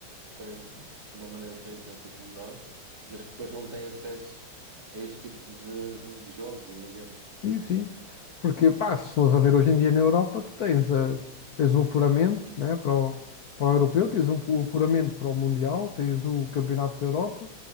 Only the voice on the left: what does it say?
sim, sim. Porque pá, se fores a ver hoje em dia na Europa, tu tens, a, tens o apuramento né, para o, para o europeu, tens um,
o apuramento para o Mundial, tens o Campeonato da Europa,